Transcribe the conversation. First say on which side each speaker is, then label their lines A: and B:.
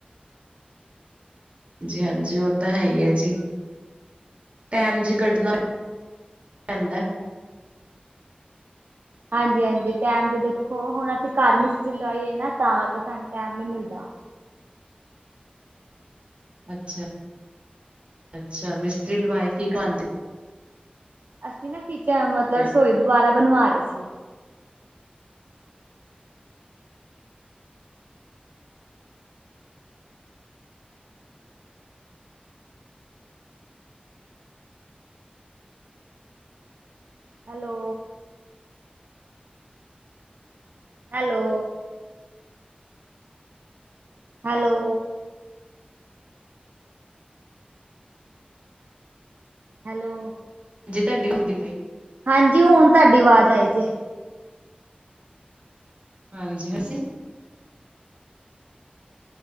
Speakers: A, on the right; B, on the right.
A: ਜੀ, ਹਾਂਜੀ, ਉਹ ਤਾ ਹੈਹੀ ਏ ਜੀ, ਟੈਮ
B: ਹਾਂਜੀ
A: ਜੀ ਕੱਢਣਾ ਪੈਂਦਾ।
B: ਹਾਂਜੀ-ਹਾਂਜੀ, ਟਾਈਮ ਤਾ ਦੇਖੋ, ਹੁਣ ਅਸੀ ਘਰ ਮਿਸਤਰੀ ਲਵਾਈਏ ਨਾ, ਤਾਂ ਕਰਕੇ ਸਾਨੂੰ ਟੈਮ ਨੀ ਮਿਲਦਾ।
A: ਅੱਛਾ, ਅੱਛਾ ਮਿਸਤਰੀ ਲਵਾਏ ਕੀ ਕਵਾਂ ਤੇ
B: ਅਸੀਂ ਨਾ ਕਿਚਨ, ਮਤਲਬ
A: ਪਏ
B: ਰਸੋਈ ਦੁਬਾਰਾ ਬਣਵਾ ਰਹੇ ਸੀ। ਹੈਲੋ। ਹੈਲੋ। ਹੈਲੋ। ਹੈਲੋ।
A: ਜੇ ਤੁਹਾਡੀ ਹੁੰਦੀ ਪਈ।
B: ਹਾਂਜੀ, ਹੁਣ ਤੁਹਾਡੀ ਅਵਾਜ਼ ਆਈ ਜੇ।
A: ਹਾਂਜੀ, ਅਸੀ